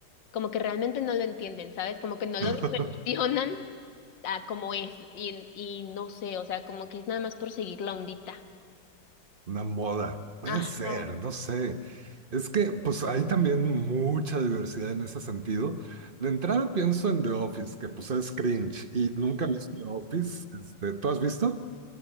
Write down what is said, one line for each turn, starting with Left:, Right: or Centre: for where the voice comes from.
Left: como que realmente no lo entienden, ¿sabes? Como que no lo
Right: <laughs>
Left: dimensionan a como es, y, y no sé, o sea, como que es nada más por seguir la ondita.
Right: Una moda. Puede
Left: Ajá.
Right: ser, no sé. Es que pues hay también mucha diversidad en ese sentido. De entrada pienso en The Office, que pues es cringe y nunca he visto The Office. Este, ¿tú has visto?